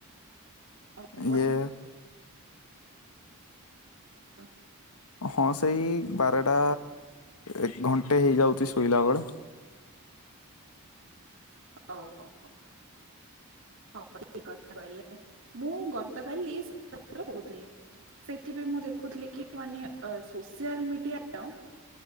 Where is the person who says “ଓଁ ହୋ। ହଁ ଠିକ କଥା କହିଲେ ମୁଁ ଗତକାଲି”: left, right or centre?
Right